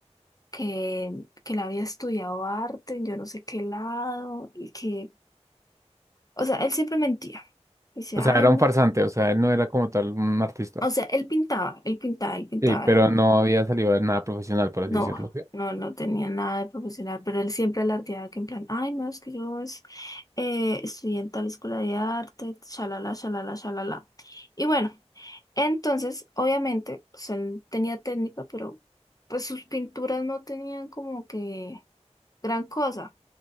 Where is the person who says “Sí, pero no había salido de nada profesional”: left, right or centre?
Right